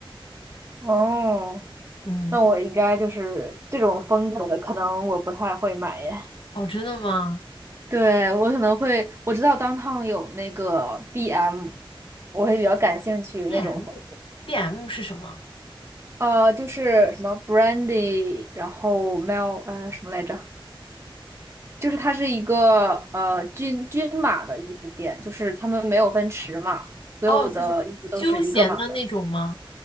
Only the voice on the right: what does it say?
哦，
那我应该就是这种风格的，可能我不太会买耶。<laughs>
对，我可能会，我知道当 o 有那个 BM，我会比较感兴趣那种风格。
呃，就是什么 Brandy，然后 Mel，呃，什么来着？就是它是一个呃均均码的衣服店，就是他们没有分尺码，所有的衣服都是一个码的。